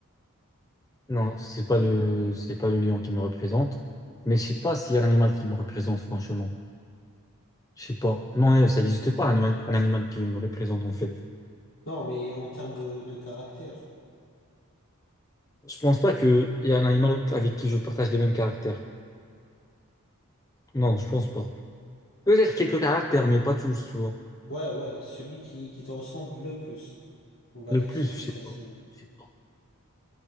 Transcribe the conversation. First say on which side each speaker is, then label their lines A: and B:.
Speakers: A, on the left; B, on the left.
A: non, c'est pas le, c'est pas le lion qui me représente. Mais je sais pas s'il y a un animal qui me représente, franchement. Je sais pas. Non, euh, ça n'existe pas, un animal, un animal qui me représente, en fait.
B: Non, mais en termes de, de caractère.
A: Je pense pas qu'il y a un animal avec qui je partage les mêmes caractères. Non, je pense pas. Peut-être quelques caractères, mais pas tous, tu vois.
B: Ouais, ouais, celui qui, qui te ressemble le plus. On va
A: Le
B: dire
A: plus,
B: ça comme
A: je sais
B: ça, c'est
A: pas.
B: mieux.
A: Je sais pas.